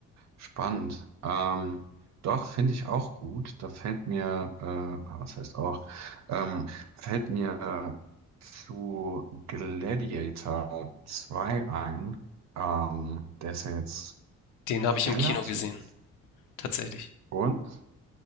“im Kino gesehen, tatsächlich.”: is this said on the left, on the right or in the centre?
Left